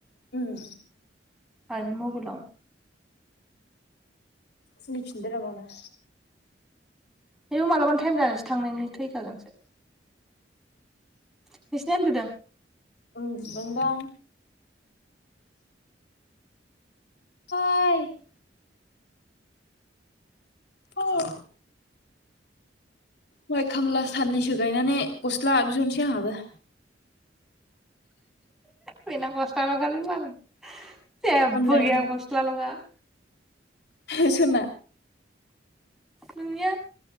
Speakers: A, on the left (about 65°); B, in the centre.
A: उम।
B: आइनि मबाइलाव।
A: खुलिफिनदोरा बावनो।
B: आयोव मालाबानो टाइम जानोसो थांनायनि थैखागोनसो। नोंसिनि आइया उन्दुदों?
A: उन्दुदोंदां <unintelligible> औ माइ खामला साननैसो गायनानै गस्ला बिहरनोसै आंहाबो।
B: बेना गस्लाल' खालि बाल जेबबो
A: अनलाइनाव
B: गैया गस्लाल'खा।
A: फेस'ना
B: नोंनिया